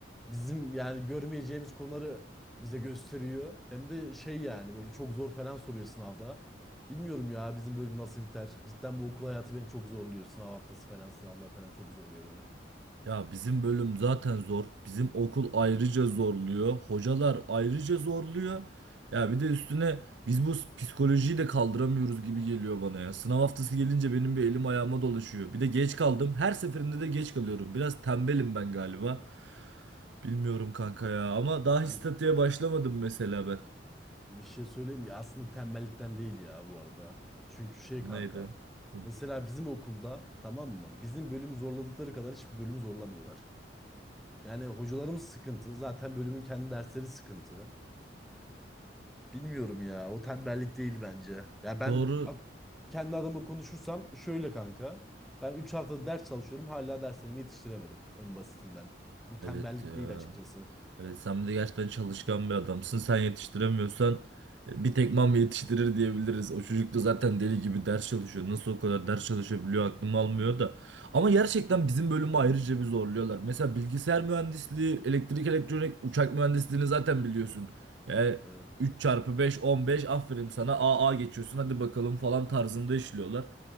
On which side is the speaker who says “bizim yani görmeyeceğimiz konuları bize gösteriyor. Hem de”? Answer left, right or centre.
Centre